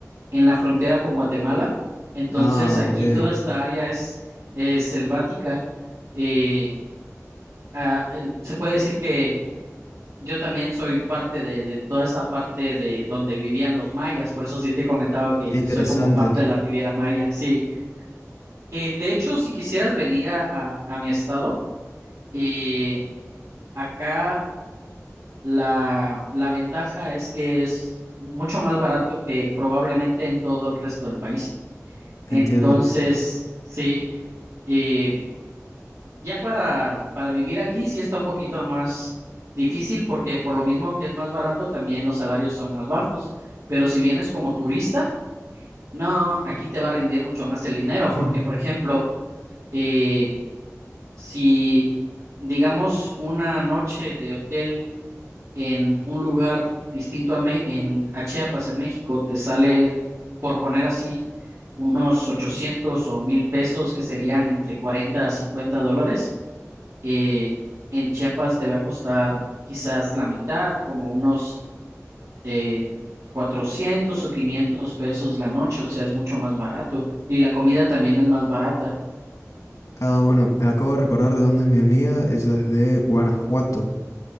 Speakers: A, on the right; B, on the left.
A: en la frontera con Guatemala. Entonces,
B: Ah,
A: aquí
B: ok. Qué
A: toda esta área es, es selvática. Eh, ah, el- se puede decir que yo también soy parte de, de toda esta parte de donde vivían los mayas. Por eso sí te comentaba que
B: interesante.
A: soy como parte de la Riviera Maya. Sí. Eh, de hecho, si quisieras venir a, a, a mi estado. eh, Acá la, la ventaja es que es mucho más barato que probablemente en todo el resto del país.
B: Entiendo.
A: Entonces, sí, eh, ya para, para vivir aquí sí está un poquito más difícil porque por lo mismo que es más barato, también los salarios son más bajos. Pero si vienes como turista, no, aquí te va a rendir mucho más el dinero
B: <laughs>
A: porque, por ejemplo, eh, si digamos una noche de hotel en un lugar distinto a, Me- en, a Chiapas, en México, te sale, por poner así, unos 800 o 1000 pesos, que serían entre 40 a 50 dólares. Eh, en Chiapas te va a costar quizás la mitad, como unos eh, 400 o 500 pesos la noche, o sea, es mucho más barato. Y la comida también es más barata.
B: Ah, bueno, me acabo de recordar de dónde es mi amiga. Ella es de Guanajuato,